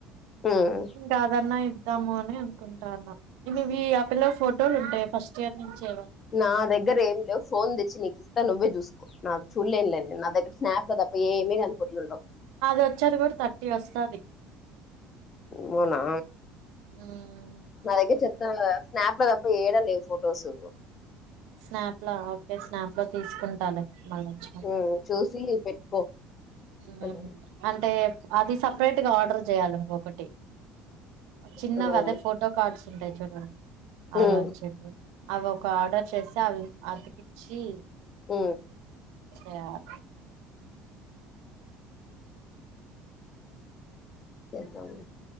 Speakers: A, on the left (about 25°); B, on the right (about 80°).
A: ఉమ్
B: ఇంకాదన్నాయ్ ఇద్దాము అని అనుకుంటాన్నా ఇవివి ఆపిల్ల ఫోటోలు ఉంటాయి ఫస్ట్ ఇయర్ నుంచే
A: నా దగ్గర ఏం లేవ్ ఫోన్ తెచ్చి నీకిస్తా నువ్వే చూసుకో నాకు చూడ్లేన్లే నేన్ నా దగ్గర స్నాప్ లో తప్ ప్ప ఏమే గాని ఫోట్లుండవ్
B: అది వచ్చేది గూడ థర్టీ వస్తాది
A: ఊఅన్నా
B: ఆ
A: నా దగ్గర చెప్తాండ్లేదా స్నాప్ లో తప్ప ఏడ లేవ్ ఫొటోసు
B: స్నాప్ లా ఓకే స్నాప్ లో తీసుకుంటాలే మళ్ళొచ్చినప్పుడు.
A: ఊఊ చూసి పెట్టుకో
B: ఊమ్
A: అని.
B: అంటే అది సపరేట్ గా ఆర్డర్ చేయాలి ఇంకొకటి చిన్నవదే
A: ఉమ్
B: ఫోటో కార్డ్స్ ఉంటాయి చూడరా అవి
A: ఉమ్
B: వచ్చింది అవి ఒక ఆర్డర్ చేసి అవి అతికిచ్చి
A: ఊ
B: ఛప్
A: చేద్దాం లే